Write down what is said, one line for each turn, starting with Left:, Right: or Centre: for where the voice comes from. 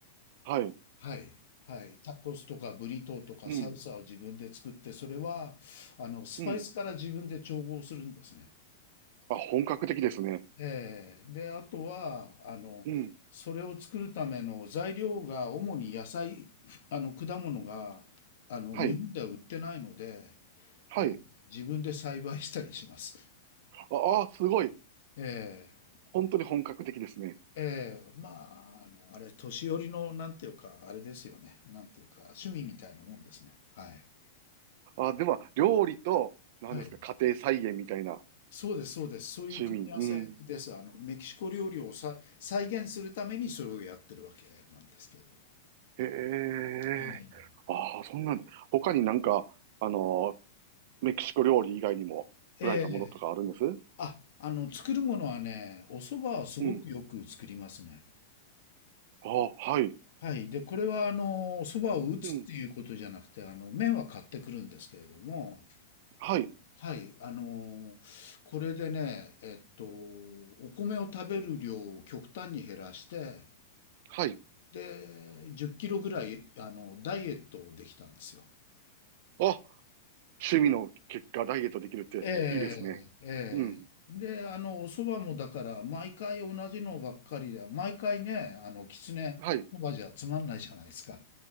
Right: はい。え、
Left: はい。はい。タコスとかブリトーとかサルサを自分で作って、
Right: うん、
Left: それは、あの、スパイスから自分で調合するんですね。
Right: うん。あ、本格的ですね。
Left: ええで、あとは、あの、
Right: うん、
Left: それを作るための材料が主に野菜、ふあの、果物が、あの、
Right: はい、
Left: 日本では売ってないので、
Right: はい。
Left: ええ自分で栽培したりします。
Right: ああ、すごい。
Left: ええ
Right: 本当に本格的ですね。
Left: ええ、まあ、あの、あれ、年寄りの、なんていうか、あれですよね。なんていうか、趣味みたいなもんですね。はい。
Right: あ、では、料理と、何ですか、
Left: はい。
Right: 家庭菜園みたいな
Left: そうです、そうです。そういう組み合わせです。
Right: 趣味。うん
Left: あの、メキシコ料理をさ、再現するためにそれをやってるわけなんですけれども。
Right: へえ。
Left: ええ。
Right: ああ、そんなん、他になんか、あのーメキシコ料理以外にも作られたものとかあるんです
Left: ええあ、あの、作るものはね、お蕎麦はすごくよく作りますね。
Right: うん。ああ、はい。
Left: はい。で、これは、あの、お蕎麦を打つっていうことじゃなくて、
Right: うん。
Left: あの、麺は買ってくるんですけれども、
Right: はい。
Left: はい、あのーこれでね、えっと、お米を食べる量を極端に減らして、
Right: はい。
Left: で、10キロぐらい、あの、ダイエットをできたんですよ。
Right: あ、趣味の結果ダイエットできるっていいですね。
Left: ええ、ええ。
Right: うん。
Left: で、あの、お蕎麦もだから、毎回同じのばっかりで、毎回ね、あの、きつね、
Right: はい。
Left: そばじゃつまんないじゃないですか。